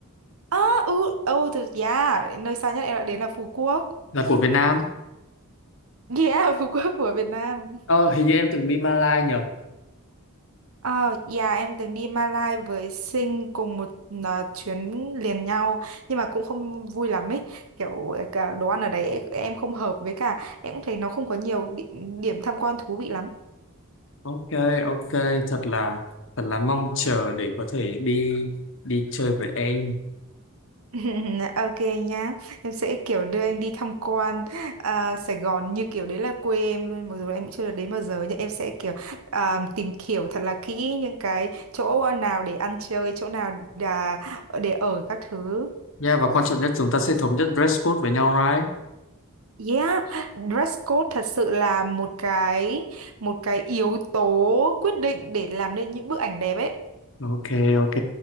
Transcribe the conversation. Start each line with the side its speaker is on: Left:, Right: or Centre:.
Right: À, ừ, oh, từ, yeah, nơi xa nhất em đã đến là Phú Quốc.
Left: là của Việt Nam.
Right: Yeah, <laughs> Phú Quốc của Việt Nam.
Left: Ờ hình như em từng đi Malai nhỉ?
Right: Ờ, dạ em từng đi Malai với Sinh cùng một à, chuyến liền nhau nhưng mà cũng không vui lắm ấy kiểu cả đồ ăn ở đấy em không hợp với cả em cũng thấy nó không có nhiều địa, điểm tham quan thú vị lắm
Left: Ok ok thật là thật là mong chờ để có thể đi đi chơi với em.
Right: <laughs> Ok nhá, em sẽ kiểu đưa anh đi tham quan à, Sài Gòn như kiểu đấy là quê em luôn Mặc dù em cũng chưa được đến bao giờ nhưng em sẽ kiểu à, tìm hiểu thật là kỹ những cái chỗ nào để ăn chơi, chỗ nào đà, ờ, để ở các thứ
Left: Nha và quan trọng nhất chúng ta sẽ thống nhất dress code với nhau right?
Right: Yeah, dress code thật sự là một cái một cái yếu tố quyết định để làm nên những bức ảnh đẹp ấy.
Left: Ok ok